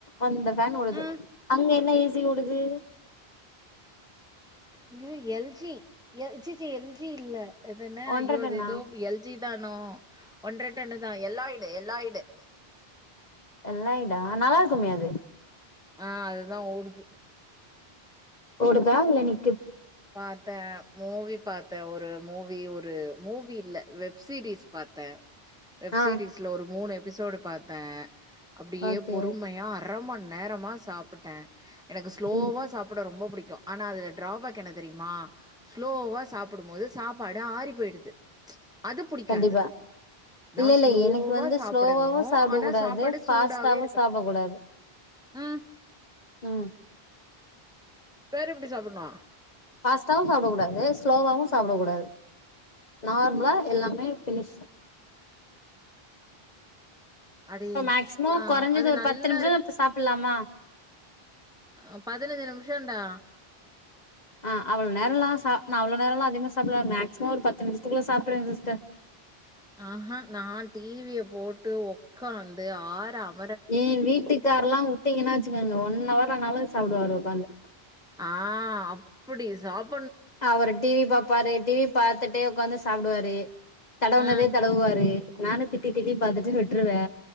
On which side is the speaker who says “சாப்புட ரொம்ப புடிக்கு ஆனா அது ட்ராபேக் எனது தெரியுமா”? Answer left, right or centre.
Centre